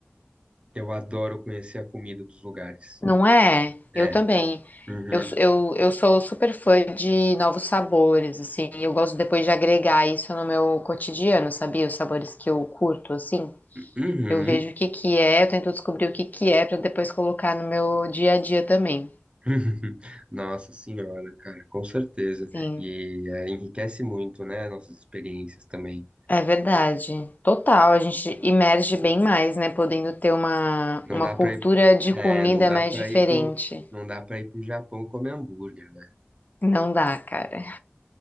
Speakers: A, on the right; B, on the left.
A: Eu adoro conhecer a comida dos lugares.
B: Não é?
A: É.
B: Eu também.
A: Uhum.
B: Eu, sou- eu, eu sou super fã de novos sabores, assim. Eu gosto depois de agregar isso no meu cotidiano, sabia? Os sabores que eu curto, assim.
A: Uhum.
B: Eu vejo o que que é, eu tento descobrir o que que é para depois colocar no meu dia a dia também.
A: <laughs> Nossa senhora, cara, com certeza.
B: Sim.
A: E é, enriquece muito, né, nossas experiências também.
B: É verdade. Total, a gente emerge bem mais, né? Podendo ter uma,
A: Não
B: uma
A: dá
B: cultura
A: pra ir,
B: de
A: é,
B: comida
A: não dá
B: mais
A: para
B: diferente.
A: ir pro, não dá para ir pro Japão comer hambúrguer, né?
B: Não dá, cara.